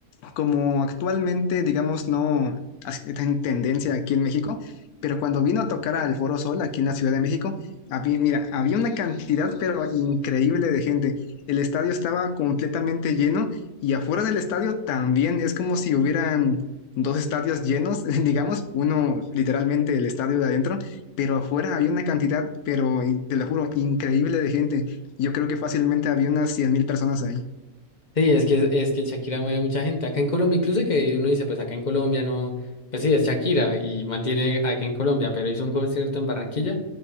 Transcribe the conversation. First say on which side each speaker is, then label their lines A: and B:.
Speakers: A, on the left; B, on the left.
A: como actualmente, digamos, no está en tendencia aquí en México, pero cuando vino a tocar al Foro Sol aquí en la Ciudad de México, había, mira, había una cantidad, pero increíble de gente. El estadio estaba completamente lleno y afuera del estadio también es como si hubieran dos estadios llenos, <laughs> digamos, uno literalmente el estadio de adentro, pero afuera había una cantidad, pero in- te lo juro, increíble de gente. Yo creo que fácilmente había unas cien mil personas ahí.
B: Sí, es que, es que Shakira mueve mucha gente. Acá en Colombia, incluso que uno dice, pues acá en Colombia no, pues sí, es Shakira y mantiene acá en Colombia, pero hizo un concierto en Barranquilla